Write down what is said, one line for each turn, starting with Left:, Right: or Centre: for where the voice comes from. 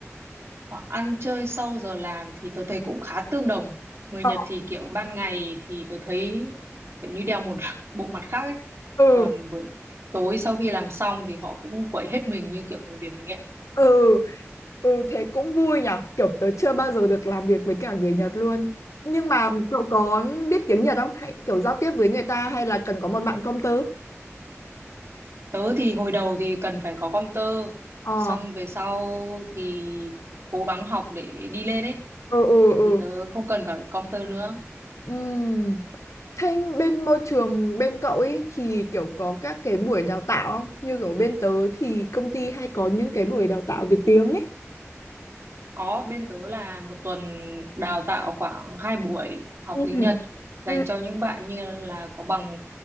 Right: họ ăn chơi sau giờ làm thì tôi thấy cũng khá tương đồng người
Left: Ờ.
Right: Nhật thì kiểu ban ngày thì tôi thấy kiểu như đeo một <laughs> bộ mặt khác ấy
Left: Ừ,
Right: còn buổi tối sau khi làm xong thì họ cũng quậy hết mình như kiểu người Việt mình ấy
Left: ừ, ừ thế cũng vui nhở Kiểu tớ chưa bao giờ được làm việc với cả người Nhật luôn. Nhưng mà cậu có biết tiếng Nhật không? Hay kiểu giao tiếp với người ta hay là cần có một bạn công tớ?
Right: tớ thì hồi đầu thì cần phải có công tơ
Left: Ờ.
Right: xong về sau thì cố gắng học để đi lên ấy
Left: ừ ừ ừ
Right: thì tớ không cần cả computer nữa
Left: Ừm. Thế bên môi trường bên cậu ấy thì kiểu có các cái buổi đào tạo không? Như kiểu bên tớ thì công ty hay có những cái buổi đào tạo về tiếng ấy.
Right: có bên tớ là một tuần đào tạo khoảng hai buổi học
Left: Ừ.
Right: tiếng Nhật dành
Left: Ừ.
Right: cho những bạn như là có bằng